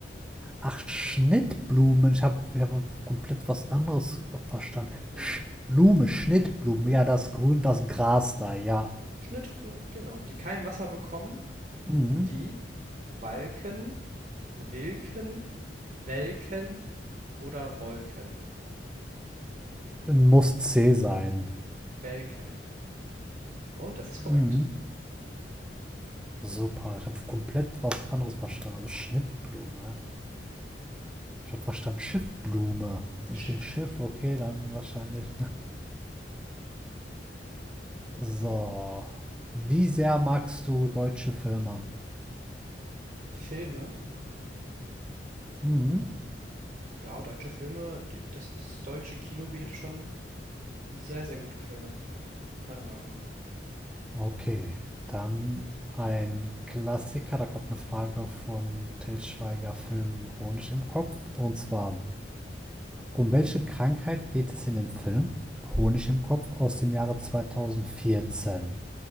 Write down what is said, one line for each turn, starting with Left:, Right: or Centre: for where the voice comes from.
Centre: Ach, Schnittblumen. Ich habe hab komplett was anderes verstanden.
Right: Ne,
Centre: Sch
Right: ne,
Centre: Blume, Schnittblumen. Ja, das Grün, das Gras da. Ja.
Right: Schnittblumen, genau, die kein Wasser bekommen,
Centre: Mhm.
Right: die walken, wilken, welken oder wolken.
Centre: Muss C sein.
Right: Welken. Und das ist korrekt.
Centre: Mhm. Super. Ich habe komplett was anderes verstanden. Also Schnittblume. Ich habe verstanden Schiffblume. Und
Right: Schiffblume.
Centre: deswegen Schiff, okay, dann wahrscheinlich So. Wie sehr magst du deutsche Filme?
Right: Filme.
Centre: Mhm.
Right: Ja, deutsche Filme, das, das deutsche Kino bietet schon sehr, sehr gute Filme, meiner Meinung nach.
Centre: Okay, dann ein Klassiker. Da kommt eine Frage von Til Schweiger Film Honig im Kopf. Und zwar, um welche Krankheit geht es in dem Film Honig im Kopf aus dem Jahre 2014?